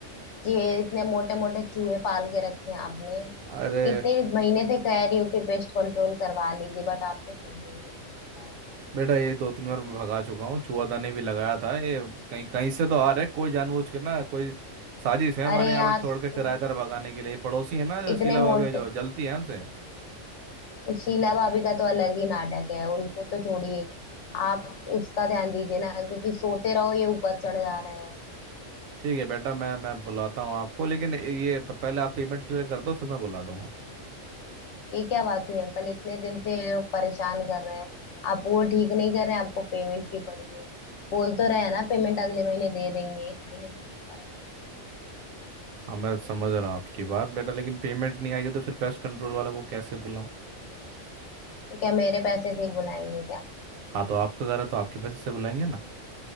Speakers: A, on the left; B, on the right.
A: ये इतने मोटे मोटे चूहे पाल के रखे हैं आपने
B: अरे
A: इतने महीने से कह रही हो कि पेस्ट कंट्रोल करवा लीजिए बट आप तो सुनते ही नहीं मेरी बात
B: बेटा ये दो तीन बार मैं भगा चुका हूँ चूआदानी भी लगाया था ये कहीं कहीं से तो आ रहा है कोई जानबूझ के ना कोई साजिश है
A: अरे
B: हमारे यहाँ
A: यहाँ
B: पे छोड़
A: तो
B: के किराएदार भगाने के लिए पड़ोसी है ना जो
A: इतने
B: शीला भाभी
A: मोटे
B: है, जो जलती है हमसे
A: इस शीला भाभी का तो अलग ही नाटक है उनको तो छोड़िए आप उसका ध्यान दीजिए ना क्योंकि सोते रहो ये ऊपर चढ़ जा रहे हैं
B: ठीक है बेटा मैं मैं बुलाता हूँ आपको लेकिन ये प- पहले आप पेमेंट क्लियर कर दो फिर मैं बुला दूंगा
A: ये क्या बात हुई अंकल इतने दिन से ये लोग परेशान कर रहे हैं आप वो ठीक नहीं कर रहे हैं आपको पेमेंट की पड़ी है बोल तो रहे हैं ना पेमेंट अगले महीने दे देंगे इस महीने नहीं दे पाए
B: हाँ मैं समझ रहा हूँ आपकी बात बेटा लेकिन पेमेंट नहीं आएगी तो फिर पेस्ट कंट्रोल वाला को कैसे बुलाऊँ
A: तो क्या मेरे पैसे से ही बुलाएंगे क्या
B: हाँ तो आपका घर है तो आपके पैसे से बुलाएंगे ना